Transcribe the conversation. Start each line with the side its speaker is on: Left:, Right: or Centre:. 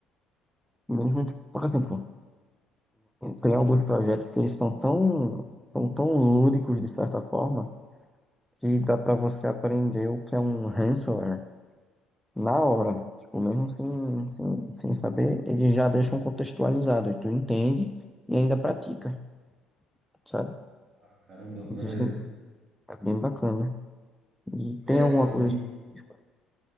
Centre: mesmo, que, por exemplo, tem alguns projetos que eles são tão, são tão lúdicos, de certa forma, que dá para você aprender o que é um ransomware na hora. Tipo, mesmo sem, sem, sem saber, eles já deixam contextualizado, e tu entende e ainda pratica, sabe?
Right: Ah, caramba,
Centre: Existe,
Right: maneiro.
Centre: é bem bacana. E
Right: É,
Centre: tem alguma
Right: eu
Centre: coisa
Right: vi,
Centre: específica?